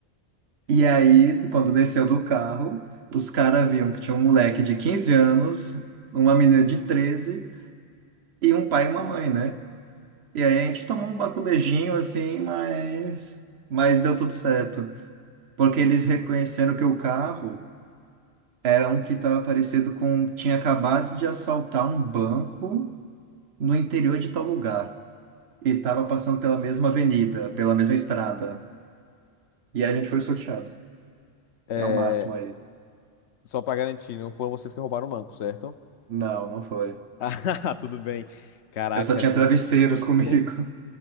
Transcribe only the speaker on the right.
E aí, quando desceu do carro, os caras viam que tinha um moleque de 15 anos, uma menina de 13 e um pai e uma mãe, né? E aí a gente tomou um baculejinho assim, mas, mas deu tudo certo. Porque eles reconheceram que o carro era um que estava parecido com. Tinha acabado de assaltar um banco no interior de tal lugar. E estava passando pela mesma avenida, pela mesma estrada. E a gente foi sorteado.
É o máximo aí.
Não, não foi.
Eu só tinha
travesseiros
<laughs> comigo.